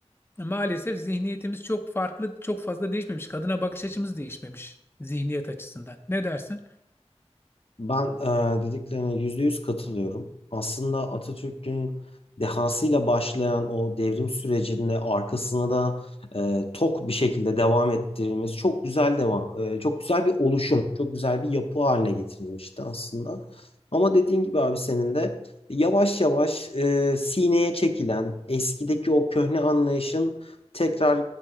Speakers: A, on the left; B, on the left.
A: Maalesef zihniyetimiz çok farklı, çok fazla değişmemiş. Kadına bakış açımız değişmemiş zihniyet açısından. Ne dersin?
B: Ben e, dediklerine yüzde yüz katılıyorum. Aslında Atatürk'ün dehasıyla başlayan o devrim sürecinde arkasına da e, tok bir şekilde devam ettirdiğimiz çok güzel devam, e, çok güzel bir oluşum, çok güzel bir yapı haline getirilmişti aslında. Ama dediğin gibi abi senin de yavaş yavaş e, sineye çekilen eskideki o köhne anlayışın tekrar